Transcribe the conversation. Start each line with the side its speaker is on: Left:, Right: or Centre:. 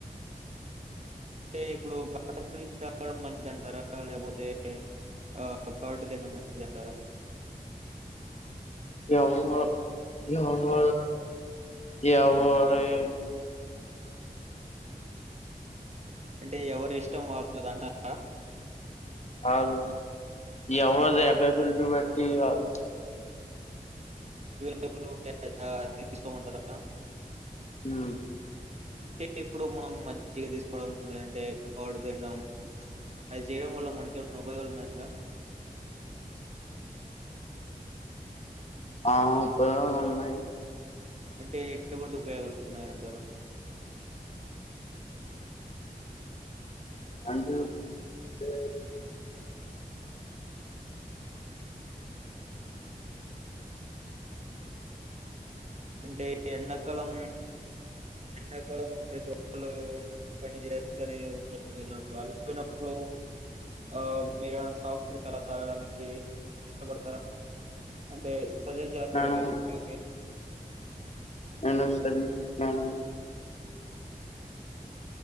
Right: అంటే ఇప్పుడు బటర్ మిల్క్ తాగడం మంచిది అంటారా లేకపోతే ఆ కార్డు తినడం ముంచిదంటారా
Left: ఏమ్మో జమ ఏమో ఓయ్
Right: అంటే ఎవరి ఇష్టం వాళ్ళ దంటార
Left: కాదు ఎవది
Right: ఉమ్.
Left: ఎవైబిలిటీ బట్టి వాళ్ళ
Right: టేబుల్ ఉంటే అదా తీసుకోమంటారా
Left: హుమ్
Right: అంటే ఇప్పుడు మనం మజ్జిగ తీసుకోవడం లేదంటే కార్డ్ తిన్డం అది చేయడం వల్ల మనకిె ఉపాయాలు ఉన్నాయడా
Left: ఆ ఇప్పుడో ఉన్నాయి
Right: అంటే ఎటువంటి ఉపయోగలుడుతున్నాయ్ అంటారు
Left: అంటే చె
Right: అంటే ఎండాకాలం ఎండాకాలం ప్రతి ఒక్కళు పని చేస్తనే ఉంటారు కదా అప్పుడు అలిసిపోయినప్పుడు ఆ మేర సాఫ్ట్వేర్ చాల తాగడానికి ఇష్టపడతారా అంటే సజెస్ట్ చేస్తార
Left: పట్టినాను
Right: మీరు
Left: నేను
Right: వాళ్ళకి
Left: నేను సజెస్ట్ చేయను